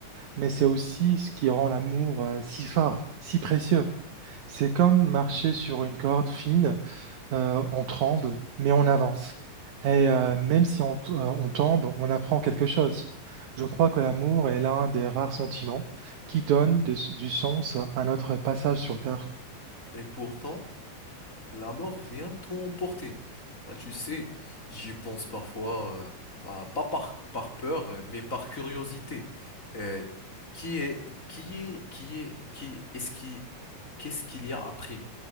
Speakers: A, on the right; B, on the left.
A: Mais c'est aussi ce qui rend l'amour euh, si fort, si précieux. C'est comme marcher sur une corde fine, euh, on tremble, mais on avance. Et euh, même si on, t- euh, on tombe, on apprend quelque chose. Je crois que l'amour est l'un des rares sentiments qui donne du, du sens à notre passage sur Terre.
B: Et pourtant, la mort vient tout emporter. Bah, tu sais, j'y pense parfois, euh, bah, pas par, par peur, euh, mais par curiosité. Euh, qui est, qui est, qui est, qui est, ce qui, qu'est-ce qu'il y a après?